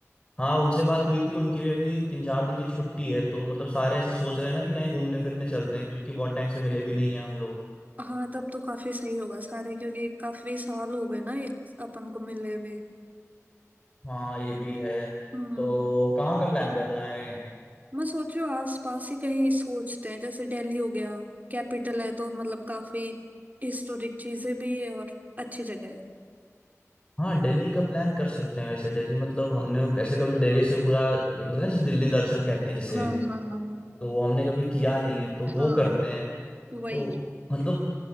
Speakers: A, on the left; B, on the right.
A: हाँ उनसे बात हुई थी उनकी भी अभी तीन चार दिन की छुट्टी है तो मतलब सारे ऐसे सोच रहे हैं ना कि कहीं घूमने फिरने चलते हैं क्योंकि बहुत टाइम से मिले भी नहीं है हम लोग
B: हाँ तब तो काफी सही होगा सारे क्योंकि काफी साल हो गए ना एक अपन को मिले हुए
A: हाँ ये भी है
B: हम्म
A: तो कहाँ का प्लान करना है
B: मैं सोच रही हूँ आस पास ही कहीं सोचते हैं जैसे दिल्ली हो गया कैपिटल है तो मतलब काफी हिस्टोरिक चीजें भी है और अच्छी जगह है
A: हाँ दिल्ली का प्लान कर सकते हैं वैसे दिल्ली मतलब हमने कैसे कभी दिल्ली से पूरा एक होता है ना जैसे दिल्ली दर्शन कहते हैं जिसे
B: हाँ हाँ हाँ हाँ
A: तो हमने कभी किया नहीं है तो
B: हाँ,
A: वो करते हैं
B: वही
A: तो मतलब